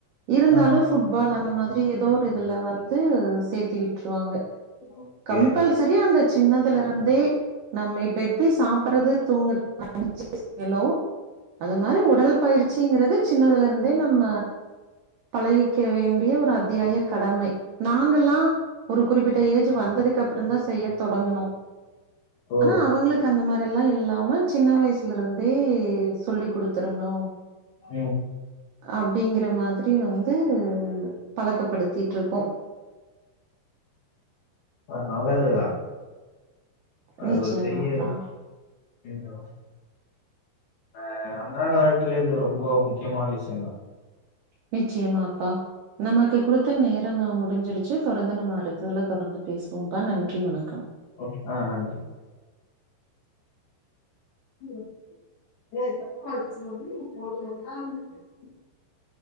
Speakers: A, on the right; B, on the left.
A: இருந்தாலு
B: ஆ
A: ஃபுட்பால் அந்த மாதி ரி எதோர் இதுல வந்து சேத்தி விட்ருவாங்க
B: ஓகே
A: கம்பல்சரியா அந்த சின்னதுல இருந்தே நம்ம இப்ப எப்டி சாப்படுறது தூங்கறது <unintelligible> அது மாரி உடல் பயிற்சிங்கிறது சின்னதுல இருந் அதே நம்ம பழகிக்க வேண்டிய ஒரு அத்தியாய கடமை நாங்கல்லா ஒரு குறிப்பிட்ட ஏஜ் வந்ததுக் அப்புறந்தா செய்ய தொடங்குணோ
B: ஓ
A: அனா அவுங்களுக் அந்த மாரி இதெல்லா இல்லாம சின்ன வயசுல இருந்தே சொல்லி் குடுத்துருணு
B: ம்
A: அப்டிங்கிற மாதிரி வந்து பழக்கப்படுத்திட்டு இருக்கோம்
B: அது நல்லதுதா அது
A: நிச்சயமாப்பா
B: ஒரு பெரிய <unintelligible> அஹா அன்றாட வாழ்க்கையிலே இது ரொம்ப முக்கியமான விஷ்யந்தா
A: நிச்சியமாப்பா நமக்கு குடுத்த நேரமா முடிஞ்சிரு ச்சு தொடந்து நம்ம அடுத்துல்ல தொடர்ந்து பேசுவோம்பா நன்றி வணக்கம்
B: ஓக் அஹா நன்றி <unintelligible>